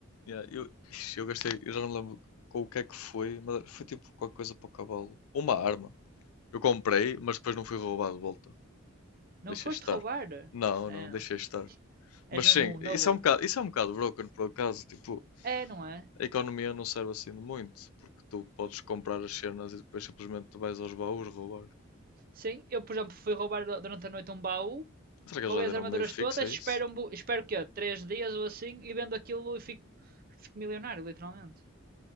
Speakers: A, on the left (about 90°); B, on the right (about 45°).
A: Yeah, eu, ixi, eu gastei, eu já não lembro com o que é que foi, mas foi tipo qualquer coisa para o cavalo. Uma arma. Eu comprei, mas depois não fui roubado de volta.
B: Não
A: Deixei
B: foste
A: estar.
B: roubar?
A: Não,
B: Não.
A: não, deixei estar. Mas
B: És
A: sim,
B: mesmo um
A: isso
B: noble.
A: é um bocado, isso é um bocado broken por acaso. Tipo,
B: É, não é?
A: a economia não serve assim de muito, porque tu podes comprar as cenas e depois simplesmente tu vais aos baús roubar.
B: Sim, eu, por exemplo, fui roubar durante a noite um baú,
A: Será que
B: roubei
A: eles já deram
B: as armaduras
A: meio fixo
B: todas,
A: a isso?
B: espero, um, espero que é três dias ou assim e vendo aquilo e fico, fico milionário, literalmente.